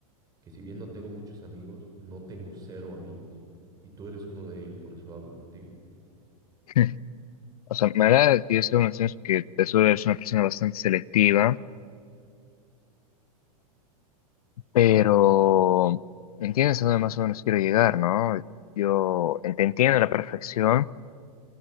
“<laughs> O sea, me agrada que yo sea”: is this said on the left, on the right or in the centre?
Left